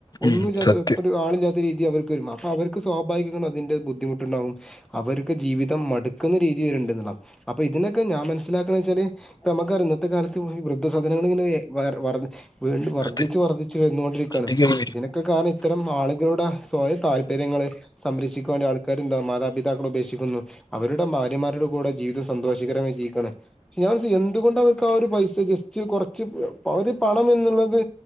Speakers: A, on the left; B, in the centre.
A: ഉം,
B: ഒന്നുല്ലാത്ത
A: സത്യം
B: ആളില്ലാത്ത രീതി അവര്ക്ക് വരും അപ്പ അവര്ക്ക് സ്വാഭാവിക അതിന്റെ ബുദ്ധിമുട്ട്ണ്ടാകും അവര്ക്ക് ജീവിതം മട്ക്ക്ന്ന രീതി വര്ണ്ട്ന്ന്ള്ളാ അപ്പ ഇതിനൊക്കെ ഞാ മനസ്സിലാക്കണച്ചാല് പ്പമ്മക്കറിയാ ഇന്നത്തെ കാലത്ത് വൃദ്ധ സാദനങ്ങള് ങ്ങനെ വയർ വർ വീണ്ടു വർദ്ധിച്ചു
A: അതെ
B: വർദ്ധിച്ചു വന്നുകൊണ്ടിരിക്കാണ്.
A: അധികം വരും
B: ഇതിനൊക്കെ കാരണം ഇത്തരം ആള്കളുടെ സ്വയ താല്പര്യങ്ങള് സംരക്ഷിക്കാൻ വേണ്ടി ആൾക്കാര് ന്താ മാതാപിതാക്കളെ ഉപേക്ഷിക്കുന്നു അവരുടെ ഭാര്യമാരുടെ കൂടെ ജീവിതം സന്തോഷകരമായി ജീവിക്ക്യാണ് ഞാൻ <unintelligible> എന്തുകൊണ്ട് അവർക്ക് ആ ഒരു പൈസ ജസ്റ്റ് കൊറച്ച് ഒരു പണം എന്ന്ള്ളത്